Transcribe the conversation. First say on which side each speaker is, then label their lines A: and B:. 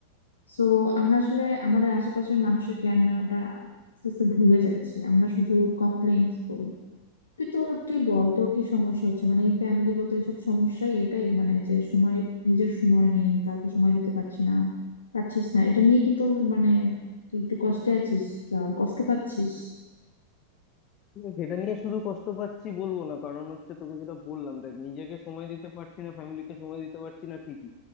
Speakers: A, on the left; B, on the left.
A: সো আমরা আসলে আমাদের আশেপাশের মানুষের কেয়ার নেওয়াটা আস্তে আস্তে ভুলে যাচ্ছি আমরা শুধু কমপ্লেন করি তুই তোর তুই বল তোর কি সমস্যা হচ্ছে মানে এই ফ্যামিলিগত এইসব সমস্যাই এটাই মানে যে সময় নিজের সময় নেই কাউকে সময় দিতে পারছি না পারছিস না এটা নিয়ে কি তোর মানে তুই একটু কষ্টে আছিস বা কষ্ট পাচ্ছিস
B: কিন্তু এটা নিয়ে শুধু কষ্ট পাচ্ছি বলবো না কারণ হচ্ছে তোকে যেটা বললাম দেখ নিজেকে সময় দিতে পারছি না ফ্যামিলিকে সময় দিতে পারছি না ঠিকই